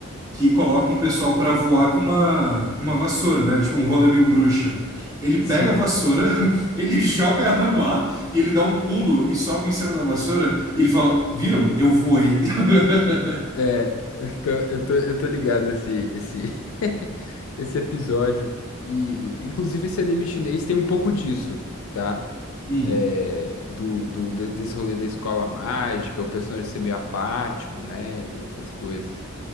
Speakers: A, on the right; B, on the left.
A: que coloca um pessoal pra voar com uma, com uma vassoura, né? Tipo um rolê meio bruxa. Ele pega
B: sim,
A: a vassoura,
B: sim.
A: <laughs> ele joga ela no ar e ele dá um pulo e sobe em cima da vassoura e ele fala, viram? Eu voei. <laughs>
B: É, eu tô, eu tô, eu tô ligado esse, esse, <laughs> esse episódio. E, inclusive, esse anime chinês tem um pouco disso, tá?
A: Hum.
B: É, do, do, de- desse rolê da escola mágica, o personagem ser meio apático, né? E essas coisas.